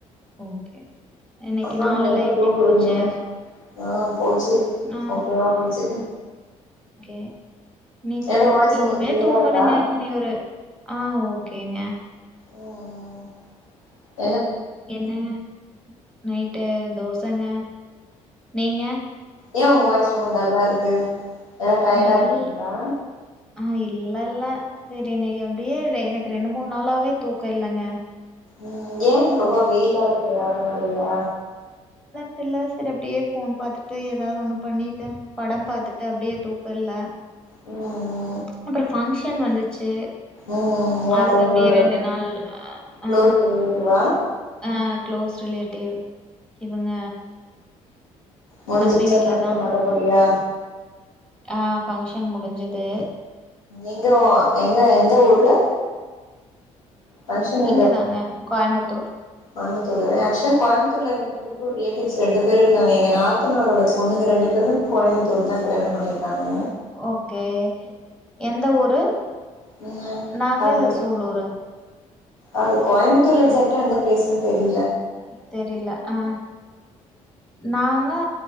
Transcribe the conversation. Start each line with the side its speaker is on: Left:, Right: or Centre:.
Centre: ஓகே இன்னைக்கு
Left: அப்புறம்
Centre: நாளெல்லாம்
Left: நீங்க எப்ப
Centre: எப்படி
Left: தூங்குவிங்க
Centre: போச்சு?
Left: ஆஹ் போச்சு
Centre: ஆ
Left: ஓகேவா போச்சு
Centre: <unintelligible>
Left: என்னோட வாய்ஸ்
Centre: இனிமே
Left: உங்களுக்கு கிளியரா
Centre: தூங்கணுங்க
Left: இருக்கா
Centre: இனி ஒரு ஆ ஓகே ஓகேங்க
Left: ம் ம்
Centre: என்னக நைட்டு தோசை <inaudible> நீங்க
Left: ஏன் உங்க வாய்ஸ் ரொம்ப டல்லா இருக்கு ஏதா டயர்டா
Centre: டல்
Left: இருக்கீங்களா
Centre: ஆ இல்ல இல்ல சரி நீ அப்படியே எனக்கு ரெண்டு மூணு நாளாவே தூக்கம் இல்லைங்க
Left: ம் இங்க ரொம்ப வெயிலாருக்கு அதனாலயா
Centre: ல்ல சரி அப்டியே போன் பாத்துட்டு ஏதாவது ஒண்ணு பண்ணிட்டு படம் பாத்துட்டு அப்டியே தூக்கல்ல
Left: ம் ம்
Centre: <unintelligible> பங்க்ஷன் வந்துச்சு
Left: ம் ம் யாரு
Centre: அதுக்கு
Left: உங்ளோட
Centre: அப்டியே ரெண்டு நாள்
Left: க்ளோஸ்
Centre: ஆ
Left: ரிலேடிவ்வா
Centre: ஆ க்ளோஸ் ரிலேட்டிவ் இவங்க
Left: முடுஞ்சிச்சா
Centre: தம்பி வீட்ல
Left: பங்ஷன்
Centre: தா
Left: நல்லபடியா
Centre: ஆ பங்ஷன் முடுஞ்சுது
Left: எங்க ஒ எங்க எந்த ஊர்ல ஃபங்க்ஷன்
Centre: இங்க தாங்க கோயம்பத்தூர்
Left: கோயம்பத்தூர்ல வெயாச் கோயம்புத்தூர்ல இருக்க ரிலேட்டிவ்ஸ் ரெண்டு பேரு இருக்காங்க எங்க நாத்தனாரோட பொண்ணுங்க ரெண்டு பேருமெ கோயம்பத்தூர் தா கல்யாண பண்ணிருக்காங்க
Centre: ஓகே எந்த ஊரு
Left: ம்
Centre: நாங்க
Left: அது
Centre: சூலூரு
Left: அது கோயம்பத்தூர்ல எக்ஸாக்டா எந்த பிளேஸ்னு தெரி
Centre: தெரில அ நா ஆ